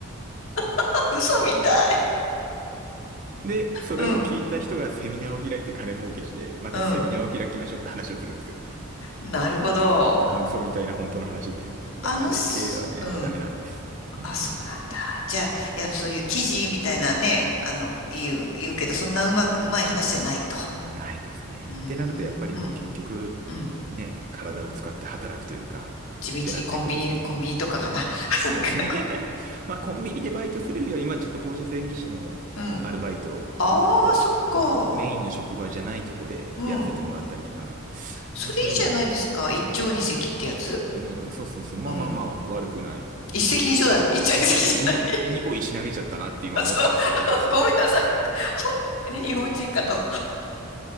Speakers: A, on the left; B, on the right.
A: <laughs> 嘘みたい。
B: で、それを聞いた人がセミナーを開いて金儲けして、
A: うん、
B: またセミナーを開きましょうって話をするんですよ。
A: うん。なるほど。
B: なあ、嘘みたいな本当の話で。だあれ系はね、
A: あのす、うん。
B: ダメなんです。本当に。
A: あ、そうなんだ。じゃあ、いや、そういう記事みたいなね、あの、言う、言うけど、そんなうまく、うまい話じゃないと。
B: ないですね。
A: うーん、
B: ってなると、やっぱりこう結局、
A: うん、うん。
B: ね、体を使って働くというか、
A: 地道にコンビニ、
B: ってなってくるとね。
A: コンビニとかかな。<laughs> なんかこ
B: そうですね。<laughs> まあコンビニでバイトするよりは、今ちょっと放射線技師のアルバイトを、
A: ううん。ああ、そっか。
B: そうそう、メインの職場じゃないとこでやらせてもらったりとか、
A: うん。それいいじゃないですか。
B: まあそういうのはね、
A: 一丁二石ってやつ
B: もうそうそうそう、まあまあまあ悪くない。
A: うん。一石二鳥だ。一丁二石じゃない。
B: えそうそう、に、
A: <laughs>
B: 2個石投げちゃったなって今思ったんですけど、
A: あ、そう。<laughs> ごめんなさい。<laughs> 本当に日本人かと。